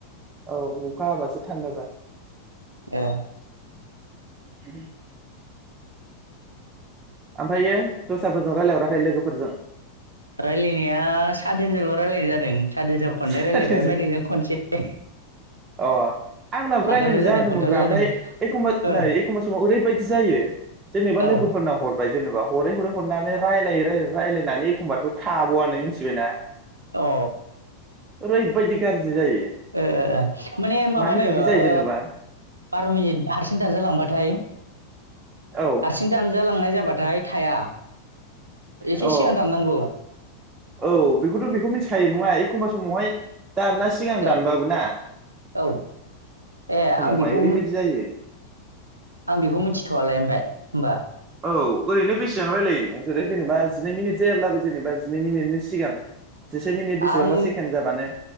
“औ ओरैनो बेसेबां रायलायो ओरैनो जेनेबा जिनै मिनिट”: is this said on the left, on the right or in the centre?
Right